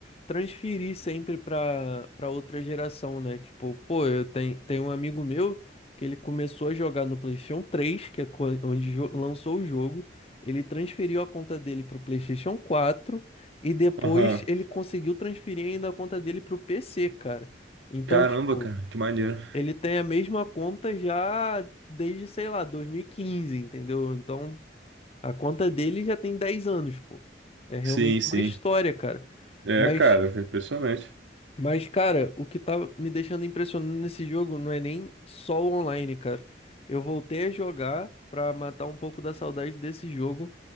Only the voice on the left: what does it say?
transferir sempre para para outra geração, né? Tipo, pô, eu tenho, tenho um amigo meu que ele começou a jogar no PlayStation três que é quan- onde jo- lançou o jogo, ele transferiu a conta dele para o PlayStation quatro e depois
ele conseguiu transferir ainda a conta dele para o PC, cara. Então,
tipo,
ele tem a mesma conta já desde, sei lá, dois mil e quinze entendeu? Então. A conta dele já tem 10 anos, pô. É realmente
uma história, cara.
Mas,
mas, cara, o que tá me deixando impressionado nesse jogo não é nem só o online, cara. Eu voltei a jogar pra matar um pouco da saudade desse jogo.